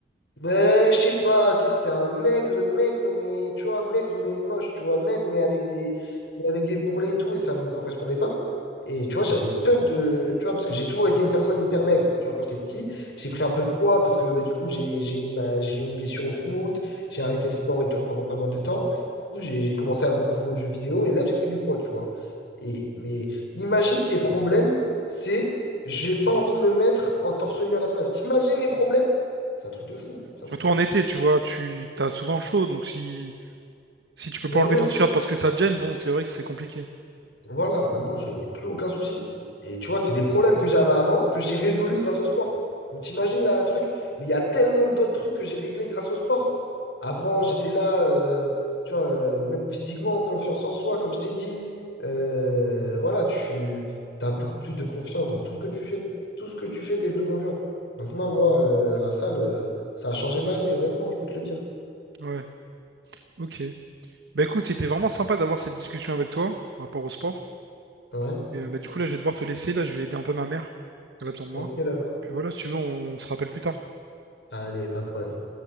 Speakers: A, on the left (about 80°); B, on the right (about 80°).
A: Ben, je sais pas, tu sais, c'était un maigre, maigre, mais, tu vois, maigre, mais moche, tu vois, maigre, mais avec des, mais avec des bourrelets et tout, et ça me correspondait pas. Et tu vois, j'avais peur de, tu vois, parce que j'ai toujours été une personne hyper maigre, tu vois, quand j'étais petit, j'ai
B: Hmm.
A: pris un peu de poids, parce que, ben, du coup, j'ai, j'ai eu ma, j'ai eu une blessure au foot, j'ai arrêté le sport et tout pendant pas mal de temps. Du coup, j'ai, j'ai commencé à beaucoup jouer aux jeux vidéo, et là, j'ai pris du poids, tu vois. Et, mais imagine tes problèmes, c'est, j'ai pas envie de me mettre en torse nu à la place. T'imagines les problèmes? C'est un truc de fou. C'est
B: Surtout
A: un truc de
B: en
A: fou.
B: été, tu vois, tu t'as souvent chaud, donc si Si tu peux
A: Ben
B: pas enlever
A: ouais.
B: ton t-shirt parce que ça te gêne, bon, c'est vrai que c'est compliqué.
A: Voilà, maintenant, je n'ai plus aucun souci. Et tu vois, c'est des problèmes que j'avais avant que j'ai résolus grâce au sport. Donc, t'imagines là, un truc. Mais il y a tellement d'autres trucs que j'ai réglés grâce au sport. Avant, j'étais là, euh, tu vois, euh, même physiquement, confiance en soi, comme je t'ai dit. Euh, voilà, tu as beaucoup plus de confiance dans tout ce que tu fais. Tout ce que tu fais, tu es plus confiant. Donc, non, moi, euh, la salle, euh, ça a changé ma vie, honnêtement, je peux te le dire.
B: Ouais, ok. Bah écoute, c'était vraiment sympa d'avoir cette discussion avec toi par rapport au sport.
A: Ouais,
B: Et euh, bah, du coup, là, je vais devoir te laisser. Là, je vais aider un peu ma mère. Elle a besoin de
A: ok,
B: moi.
A: d'accord.
B: Puis voilà, si tu veux, on se rappelle plus tard.
A: Allez, pas de problème.